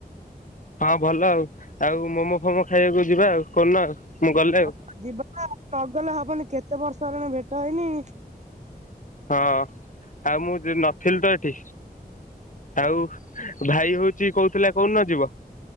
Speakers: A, on the left; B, on the right.
A: ହଁ ଭଲ ଆଉ। ଆଉ ମୋମୋ ଫୋମୋ ଖାଇବାକୁ ଯିବା ଆଉ କୋଉଦିନ ଆଉ? ମୁଁ ଗଲେ ଆଉ
B: ହଁ ଯିବା ନଗଲେ ହବନି କେତେ ବର୍ଷ ହେଲାଣି ଭେଟ ହେଇନି
A: ହଁ ଆଉ ଯ ମୁଁ ନଥିଲି ତ ଏଠି ଆଉ ଭାଇ ହଉଛି କହୁଥିଲା କୋଉଦିନ ଯିବ?